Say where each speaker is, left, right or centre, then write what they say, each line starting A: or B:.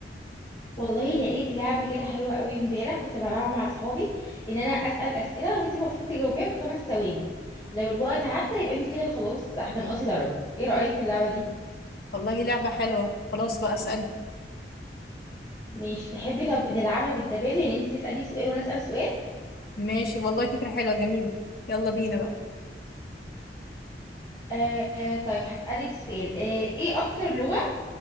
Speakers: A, on the left (about 30°); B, on the left (about 60°).
A: والله لقيت لعبة كده حلوة قوي امبارح كنت بلعبها مع اصحابي ان انا اسأل اسئلة وانت المفروض تجاوبيها في خمس ثواني لو الوقت عدى يبقى انت كده خلاص هتنقصي درجة ايه رأيك في اللعبة دي
B: والله لعبة حلوة خلاص بقى اسأل
A: ماشي تحبي طب نلعبها بالتبادل يعني انت تسألي سؤال وانا اسأل سؤال
B: ماشي والله فكرة حلوة جميلة يلا بينا بقى
A: آه آه، طيب هسألك سؤال آه ايه اكتر لغة